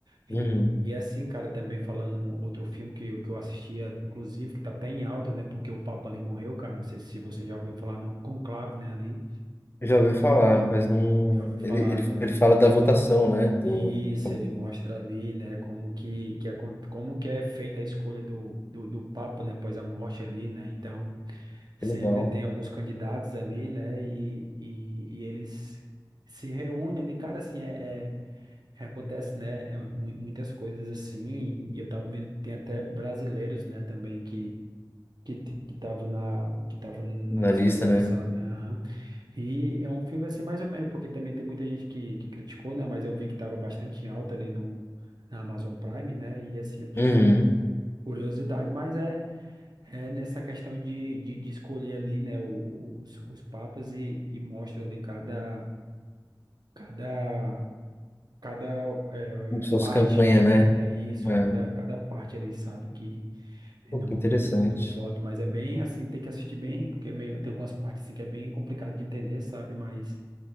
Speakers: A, on the right; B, on the left.
A: E,
B: Uhum.
A: e assim, cara, também falando um outro filme que, eu- que eu assistia, inclusive, que tá até em alta, né? Porque o Papa ali morreu, cara. Não sei se você já ouviu falar no Conclave, né? Ali.
B: Já ouvi falar, mas não.
A: Já ouviu falar,
B: Ele, ele,
A: né?
B: ele fala da votação, né? Do...
A: Isso,
B: Que
A: ele mostra ali, né, como que, que, acon- como que é feita a escolha do, do, do Papa, né, após a morte ali, né, então, Sempre
B: é legal.
A: tem alguns candidatos ali, né? E, e, e eles se reúnem ali, cara, assim, é, é- acontece, né? é mu- muitas coisas assim, e eu tava vendo, tem até brasileiros, né, também que que t- que tava na que tava na
B: Na
A: disputa,
B: lista, né?
A: sabe? Aham. E é um filme assim mais ou menos, porque também tem muita gente que, que criticou, né, mas eu vi que tava bastante em alta ali no na Amazon Prime, né? E assim eu tive
B: Uhum.
A: curiosidade, mas é é nessa questão de, de, de escolher ali, né, os, os papas e, e mostra ali cada, cada, cada é,
B: Como se
A: é,
B: fosse
A: parte,
B: campanha, né?
A: né, isso,
B: É.
A: cada, cada parte ali, sabe, que
B: Pô,
A: no,
B: que interessante.
A: no, no voto, mas é bem assim, tem que assistir bem, porque é meio- tem algumas partes assim que é bem complicado de entender, sabe, mas